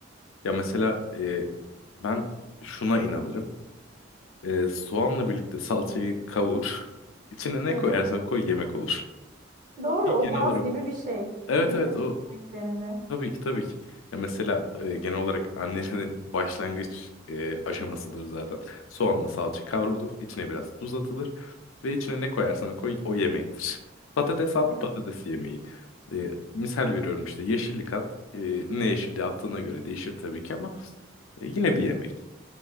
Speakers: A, on the left; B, on the right.
A: Ya mesela e, ben şuna inanırım. Ee, soğanla birlikte salçayı kavur. <laughs> İçine ne
B: Evet.
A: koyarsan koy yemek olur.
B: Doğru,
A: Bir
B: o
A: genel
B: baz
A: olarak
B: gibi bir şey,
A: evet
B: değil
A: evet
B: mi Türk
A: o
B: yemeklerinde?
A: tabii ki tabii ki. Ya mesela e, genel olarak annelerin <laughs> başlangıç e, aşamasıdır zaten. Soğanla salça kavrulur, içine biraz tuz atılır ve içine ne koyarsan koy o yemektir. Patates at
B: Evet.
A: patates yemeği. E, misal veriyorum işte yeşillik at. E, ne yeşilliği attığına göre değişir tabii ki ama e, yine bir yemek.